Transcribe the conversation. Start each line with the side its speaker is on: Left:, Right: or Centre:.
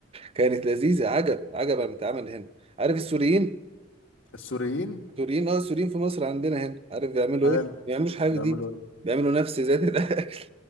Right: كانت لذيذه عجب عجب انا بتعمل هنا عارف السوريين
Left: السوريين
Right: السوريين اه السوريين في مصر عندنا هنا عارف بيعملوا
Left: حلو
Right: ايه ما بيعملوش حاجه
Left: بيعملوا
Right: جديده
Left: ايه
Right: بيعملوا نفس ذات الاكل